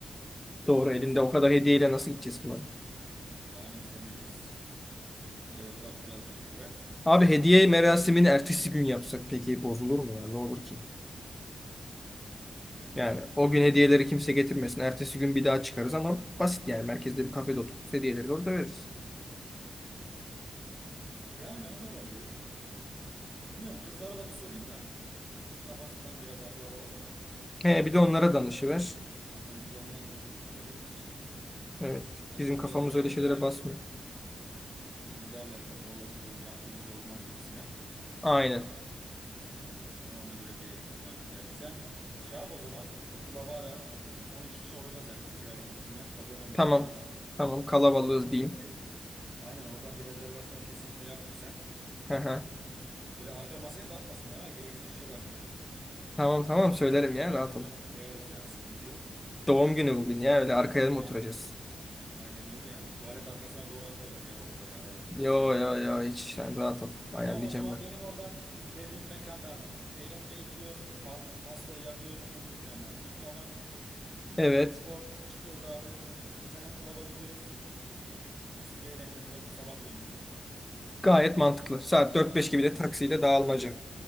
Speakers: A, on the right; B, on the left.
A: Ondan
B: Doğru. Elinde
A: sonra
B: o kadar hediyeyle nasıl gideceğiz kolay?
A: yani gidemeyiz. Eve bırakacağız mecburen.
B: Abi hediye merasimini ertesi gün yapsak peki bozulur mu ya? Ne olur ki?
A: Bilmiyorum
B: Yani
A: ki ya.
B: o gün hediyeleri kimse getirmesin. Ertesi gün bir daha çıkarız ama basit yani. Merkezde bir kafede otururuz. Hediyeleri de orada veririz.
A: Yani o da olabilir. Bilmiyorum kızlara da bir sorayım da. Kız kafasından biraz akıl alalım da.
B: He bir de onlara danışıver.
A: Aynen biz onlar gibi düşünemediğimiz için
B: Evet.
A: onlar
B: Bizim kafamız
A: biraz daha
B: öyle
A: ince
B: şeylere
A: ayrıntılı
B: basmıyor.
A: düşünür. Hani derler bu olur bu yaptığınız olmaz gibisine.
B: Aynen.
A: Ondan sonra ona göre bir plan çizeriz. Sen şey yap o zaman o klaba ara. Bizim 12 kişi olacağız yani bizimkilerle konuştum ben. Toplam 12
B: Tamam.
A: kişiyiz.
B: Tamam kalabalığız
A: Oradan
B: diyeyim.
A: bir aynen oradan bir rezervasyon kesinlikle yaptır sen.
B: Hı hı.
A: Öyle arka masaya da atmasınlar ha. Gerekirse şişe de açtırırız.
B: Tamam tamam söylerim ya
A: Araya
B: rahat
A: koy-
B: ol.
A: koyarız yani sıkıntı yok.
B: Doğum günü bugün
A: Hani-
B: ya öyle arkaya
A: Yani
B: mı oturacağız?
A: Aynen öyle yani. Tuvalet arkasına doğru atıyorlar ya orada ya e, önemsemediklerini.
B: Yo yo yo hiç sen rahat ol. Ayarlayacağım
A: Tamam o zaman
B: ben.
A: benim oradan dediğim mekandan eğlenceye gidiyoruz. Pa- Pastayı yakıyoruz. Mum üfleme, kutlama.
B: Evet.
A: Oradan çıkıyoruz abi. Senin klaba gidiyoruz. Mis gibi eğlencemizi yapıp sabah dönüyoruz.
B: Gayet mantıklı. Saat dört beş gibi de
A: Tamam.
B: taksiyle dağılmaca.